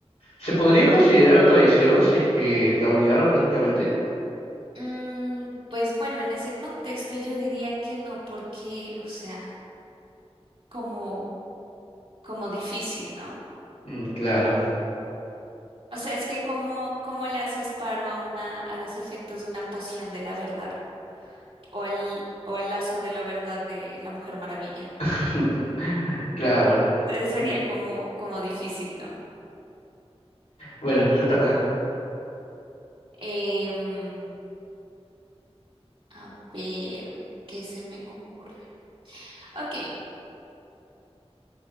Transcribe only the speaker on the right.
Mm, pues bueno, en ese contexto yo diría que no, porque, o sea, como, como difícil, ¿no?
O sea, es que como, cómo le haces paro a una, a los efectos de una poción de la verdad, o al, o al lazo de la verdad de la Mujer Maravilla.
Entonces sería
como, como difícil, ¿no?
Em, a ver, ¿qué se me ocurre? Ok.